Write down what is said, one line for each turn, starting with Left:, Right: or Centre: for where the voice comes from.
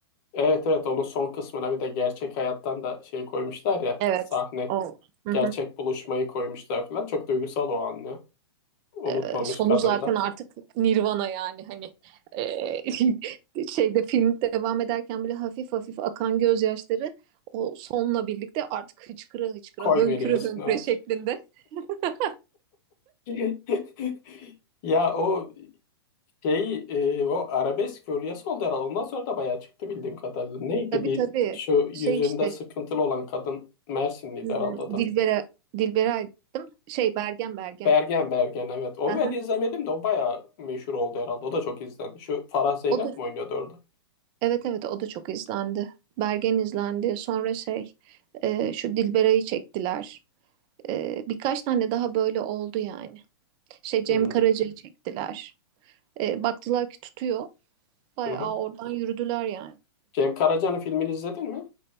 Left: Evet evet onun son kısmına bir de gerçek hayattan da şey koymuşlar ya
Right: Evet.
Left: sahne
Right: O. Hı
Left: gerçek
Right: hı.
Left: buluşmayı koymuşlar falan. Çok duygusal o anne. Unutmamış
Right: E, sonu
Left: kadın
Right: zaten
Left: da.
Right: artık Nirvana yani hani e, <laughs> şeyde film devam ederken bile hafif hafif akan gözyaşları o sonla birlikte artık hıçkıra hıçkıra
Left: Koy
Right: hönküre
Left: veriyorsun.
Right: hönküre
Left: evet.
Right: şeklinde <laughs>
Left: <laughs> Ya o Şey e, o arabesk furyası oldu herhalde. Ondan sonra da bayağı çıktı bildiğim kadarıyla. Neydi
Right: Tabii
Left: bir
Right: tabii.
Left: şu yüzünde
Right: Şey işte
Left: sıkıntılı olan kadın Mersinliydi
Right: hmm,
Left: herhalde o da.
Right: Dilbera Dilbera'ydım. Şey Bergen Bergen.
Left: Bergen Bergen evet. Onu
Right: Aha.
Left: ben izlemedim de o bayağı meşhur oldu herhalde. O da çok izlendi. Şu Farah Zeynep
Right: O da
Left: mi oynuyordu orada?
Right: evet evet o da çok izlendi. Bergen izlendi. Sonra şey e, şu Dilbera'yı çektiler. E, birkaç tane daha böyle oldu yani. Şey Cem
Left: Hı
Right: Karaca'yı çektiler. E, baktılar ki tutuyor. Bayağı
Left: hı.
Right: oradan yürüdüler yani.
Left: Cem Karaca'nın filmini izledin mi?